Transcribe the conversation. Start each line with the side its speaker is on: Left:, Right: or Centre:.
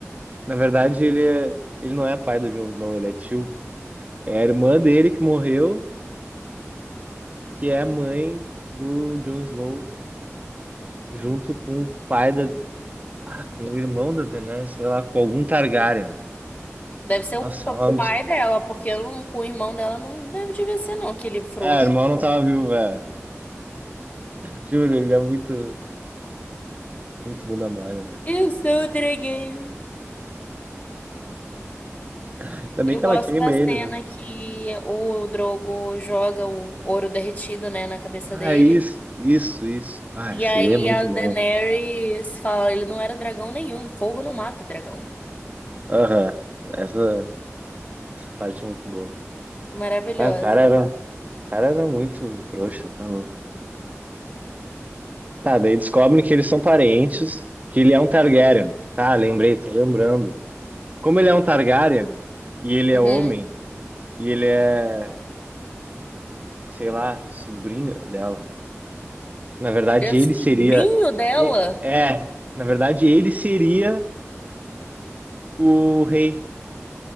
Right: Na verdade, ele, é- ele não é pai do Jon Snow, ele é tio. É a irmã dele que morreu, que é a mãe do Jon Snow, junto com o pai da... Ah, com o irmão da Daenerys, sei lá, com algum Targaryen.
Left: Deve ser o
Right: Nossa,
Left: pa-
Right: é uma
Left: pai dela, porque eu não, com o irmão dela não deve devia ser, não, aquele frouxo.
Right: É, irmão não tava vivo, velho. Juro, ele é muito, muito bunda mole, né?
Left: Eu sou o dragão.
Right: Ainda bem
Left: Eu
Right: que
Left: gosto
Right: ela queima
Left: da
Right: ele,
Left: cena
Right: né?
Left: que o Drogo joga o ouro derretido, né, na cabeça
Right: Ah,
Left: dele.
Right: é isso, isso, isso. Ah,
Left: E
Right: seria
Left: aí
Right: muito
Left: a
Right: bom.
Left: Daenerys fala, ele não era dragão nenhum, fogo não mata dragão.
Right: Aham. Essa, essa parte é muito boa.
Left: Maravilhosa.
Right: Ah, o cara era, o cara era muito trouxa, tá louco. Tá, daí descobrem que eles são parentes, que ele é um Targaryen. Tá, lembrei, tô lembrando. Como ele é um Targaryen, e ele é
Left: Uhum.
Right: homem, e ele é, sei lá, sobrinho dela. Na verdade,
Left: E o sobrinho
Right: ele seria.
Left: dela,
Right: e- É, na verdade, ele seria o rei,